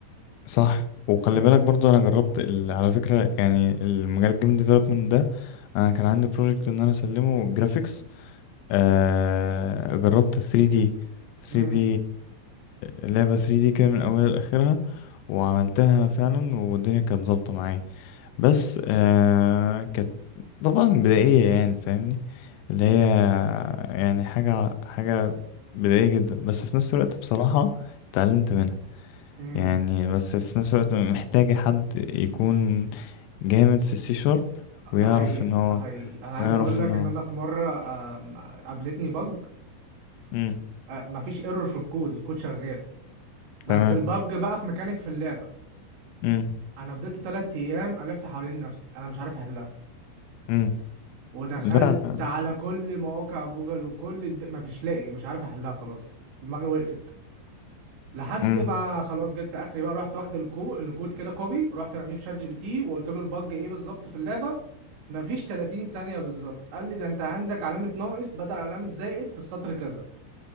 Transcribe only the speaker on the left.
صح وخلي
بالك برضو انا جربت ال... على فكره يعني المجال الجيم ديفلوبمنت ده انا كان عندي بروجكت ان انا اسلمه جرافيكس آه... جربت 3D 3D
لعبه 3D كده من اولها لاخرها وعملتها فعلا والدنيا كانت ظابطه معايا بس آه كانت طبعا بدائية يعني فاهمني اللي
هي يعني حاجة حاجة بدائية جدا بس في نفس الوقت بصراحة اتعلمت منها
يعني بس في نفس الوقت محتاجة حد يكون جامد في السي شارب ويعرف
ان هو
ويعرف
ان هو
امم
تمام
امم
امم
لا لا
امم